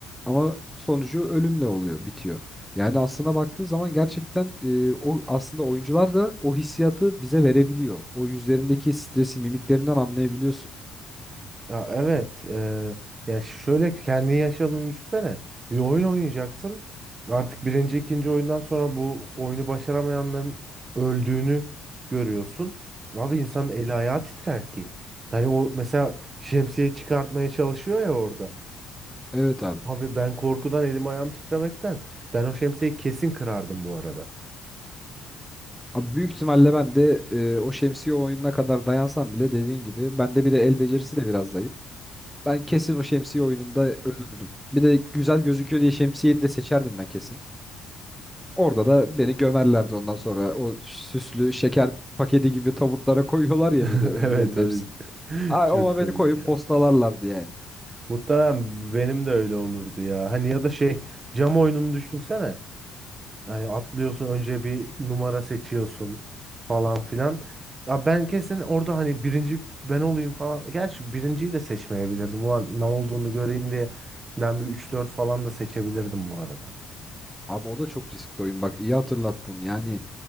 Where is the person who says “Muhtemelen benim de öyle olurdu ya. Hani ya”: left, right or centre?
Right